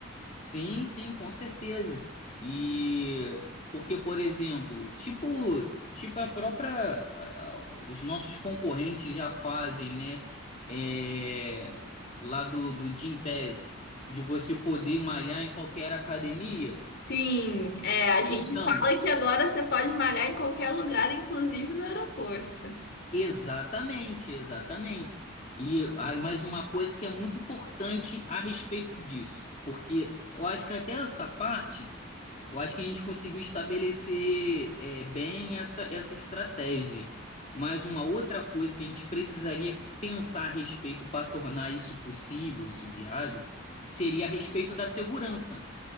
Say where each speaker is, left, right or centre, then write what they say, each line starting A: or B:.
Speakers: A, on the left (about 35°); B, on the left (about 55°).
A: Sim, sim, com certeza. E porque, por exemplo, tipo, tipo a própria, a- a- os nossos concorrentes já fazem, né? É, lá do, do Gym Pass, de você poder malhar em qualquer academia.
B: Sim, é, a gente
A: Então,
B: fala que agora você pode malhar em qualquer lugar, inclusive no aeroporto.
A: exatamente, exatamente. E aí, mais uma coisa que é muito importante a respeito disso, porque eu acho que até essa parte. Eu acho que a gente conseguiu estabelecer é, bem essa, essa estratégia. Mas uma outra coisa que a gente precisaria pensar a respeito para tornar isso possível, isso viável, seria a respeito da segurança.